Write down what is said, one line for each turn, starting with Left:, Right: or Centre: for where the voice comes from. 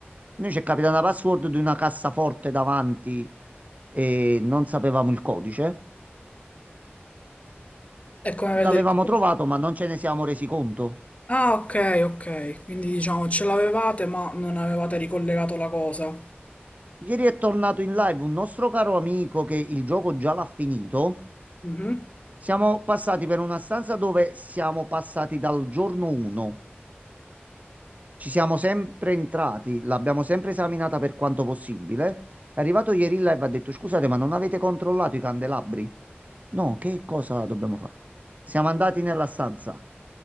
Right: Noi ci è capitata una password di una cassaforte davanti e non sapevamo il codice.
Left: È come
Right: L'avevamo
Left: vedere...
Right: trovato, ma non ce ne siamo resi conto.
Left: Ah, ok, ok. Quindi diciamo ce l'avevate ma non avevate ricollegato la cosa.
Right: Ieri è tornato in live un nostro caro amico che il gioco già l'ha finito.
Left: Mhm.
Right: Siamo passati per una stanza dove siamo passati dal giorno 1. Ci siamo sempre entrati, l'abbiamo sempre esaminata per quanto possibile. È arrivato ieri in live e ha detto: Scusate, ma non avete controllato i candelabri? No, che cosa dobbiamo fare? Siamo andati nella stanza.